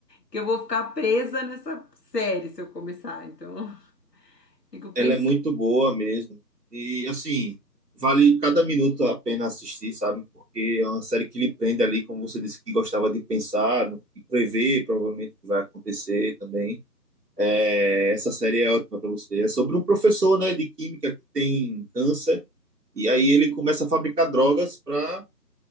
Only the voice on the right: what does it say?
Ela é muito boa mesmo. E, assim, vale cada minuto a pena assistir, sabe? Porque é uma série que lhe prende ali, como você disse, que gostava de pensar do- e prever, provavelmente, o que vai acontecer também. É, essa série é ótima para você. É sobre um professor, né, de química que tem câncer, e aí ele começa a fabricar drogas para